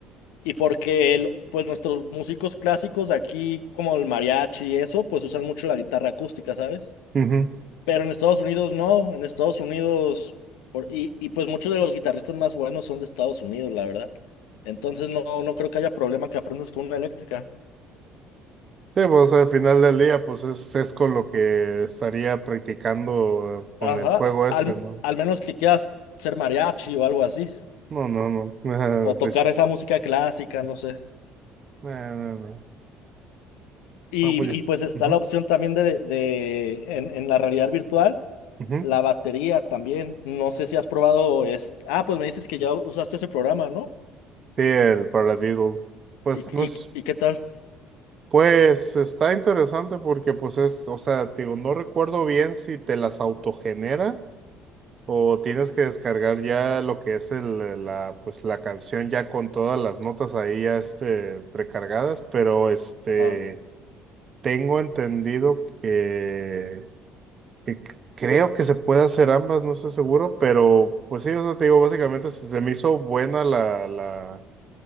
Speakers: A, on the left; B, on the right.
A: Y porque, el- pues, nuestros músicos clásicos de aquí, como el mariachi y eso, pues usan mucho la guitarra acústica, ¿sabes?
B: Ujú.
A: Pero en Estados Unidos no, en Estados Unidos, por- y, y pues muchos de los guitarristas más buenos son de Estados Unidos, la verdad. Entonces no, no creo que haya problema que aprendas con una eléctrica.
B: Sí, pues al final del día, pues es, es con lo que estaría practicando eh, con
A: Ajá,
B: el juego ese,
A: al,
B: ¿no?
A: al menos que quieras ser mariachi o algo así,
B: No, no, no. <laughs>
A: o tocar
B: De hecho, eh,
A: esa música clásica, no sé.
B: no, no.
A: Y,
B: No, pues ya.
A: y pues está
B: Ujú,
A: la opción también de, de en, en la realidad virtual,
B: ujú.
A: la batería también. No sé si has probado, es, ah, pues me dices que ya usaste ese programa, ¿no?
B: Sí, el Paradiddle. Pues
A: ¿Y,
B: no es,
A: y, y qué tal?
B: pues está interesante porque pues es, o sea, te digo, no recuerdo bien si te las autogenera o tienes que descargar ya lo que es el, eh, la, pues la canción ya con todas las notas ahí ya este precargadas, pero este
A: Ajá,
B: Tengo entendido que, que c- creo que se puede hacer ambas, no estoy seguro, pero pues sí, o sea, te digo, básicamente se, se me hizo buena la, la,